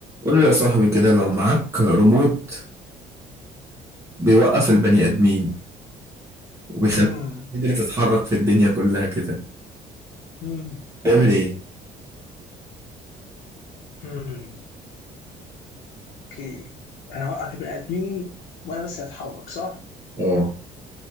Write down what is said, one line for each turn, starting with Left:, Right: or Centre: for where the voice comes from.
Right: قول لي يا صاحبي كده لو معاك ريموت بيوقف البني آدمين وبيخليك
Left: امم
Right: تقدر تتحرك في الدنيا كلها كده
Left: امم
Right: تعمل ايه؟
Left: امم اوكي انا هوقف البني ادمين وانا بس هتحرك صح؟
Right: اه